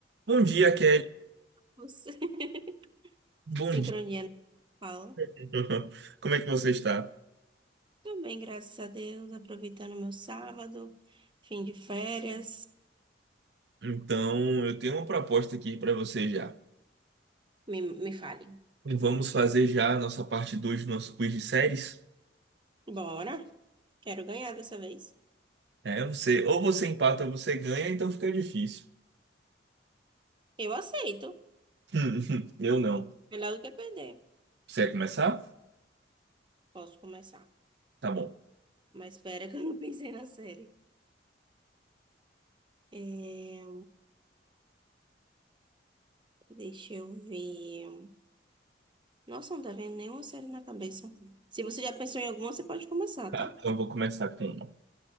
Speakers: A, on the right; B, on the right.
A: Bom dia, Kelly.
B: Você- <laughs>
A: Bom
B: Sincronia
A: dia.
B: na fala.
A: <laughs> Como é que você está?
B: Também, graças a Deus, aproveitando meu sábado, fim de férias.
A: Então, eu tenho uma proposta aqui para você já.
B: Me, me fale.
A: Vamos fazer já a nossa parte 2 do nosso quiz de séries?
B: Bora. Quero ganhar dessa vez.
A: É, você, ou você empata ou você ganha, então fica difícil.
B: Eu aceito.
A: <laughs> Eu não.
B: Melhor do que perder.
A: Você quer começar?
B: Posso começar.
A: Tá bom.
B: Mas espera que eu não pensei na série. É, deixa eu ver. Nossa, não tá vendo nenhuma série na cabeça. Se você já pensou em alguma, você pode começar,
A: Tá,
B: tá?
A: então eu vou começar com uma.